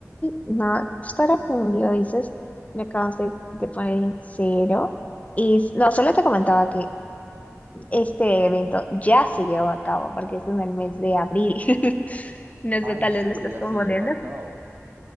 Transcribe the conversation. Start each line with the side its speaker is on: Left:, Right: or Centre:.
Left: no, justo ahora que me lo dices, me acabas de, de poner en cero. Y s- no, solo te comentaba que este evento ya se llevó a cabo porque es en el mes de abril. <laughs> No
Right: Ah,
Left: sé, tal
Right: ¿en serio?
Left: vez lo estás
Right: Ya
Left: confundiendo.
Right: se llevó a cabo.